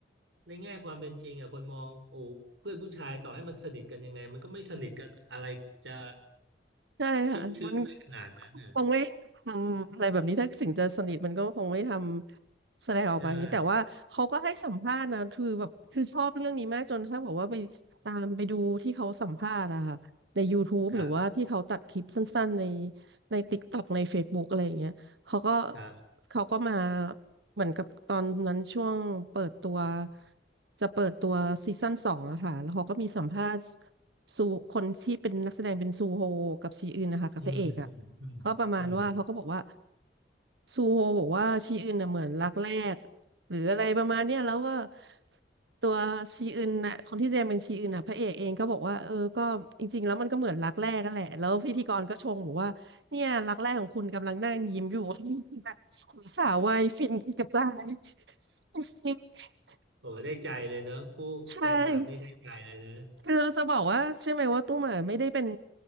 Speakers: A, on the right; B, on the right.
A: ในแง่ความเป็นจริงอ่ะคนมองโอ้เพื่อนผู้ชายต่อให้มันสนิทกันยังไงมันก็ไม่สนิทกันอะไรจะ
B: ใช่ค่ะมัน
A: ชิดชื้นไปขนาดนั้นน่ะ
B: คงไม่ทำอะไรแบบนี้ถ้าถึงจะสนิทมันก็คงไม่ทำแสดงออกมาอย่างนี้แต่ว่าเขาก็ให้สัมภาษณ์นะคือแบบคือชอบเรื่องนี้มากจนถ้าบอกว่าไปตามไปดูที่เขาสัมภาษณ์อะค่ะใน
A: ใช่
B: YouTube
A: ครับ
B: หรือว่าที่เขาตัดคลิปสั้นๆในใน TikTok ใน Facebook อะไรอย่างเงี้ยเขาก็
A: ครับ
B: เขาก็มาเหมือนกับตอนนั้นช่วงเปิดตัวจะเปิดตัวซีซั่นสองอะค่ะแล้วเขาก็มีสัมภาษณ์ ซูคนที่เป็นนักแสดงเป็นซูโฮกับชีอึนนะคะกับพระเอกอ่ะเขาก็ประมาณว่าเขาก็บอกว่า
A: อืมอืมอืมอืม
B: ซูโฮบอกว่าชีอึนน่ะเหมือนรักแรกหรืออะไรประมาณเนี้ยแล้วก็ตัวชีอึนน่ะคนที่แสดงเป็นชีอึนน่ะพระเอกเองก็บอกว่าเออก็จริงๆแล้วมันก็เหมือนรักแรกนั่นแหละแล้วพิธีกรก็ชงบอกว่าเนี่ยรักแรกของคุณกำลังนั่งยิ้มอยู่ <laughs> คุณสาววายฟินกระจาย <laughs>
A: โอ้ได้ใจเลยเนอะผู้แฟนคลับนี่ได้ใจเลยนะ
B: ใช่ คือจะบอกว่าใช่ไหมว่าตุ้มอ่ะไม่ได้เป็น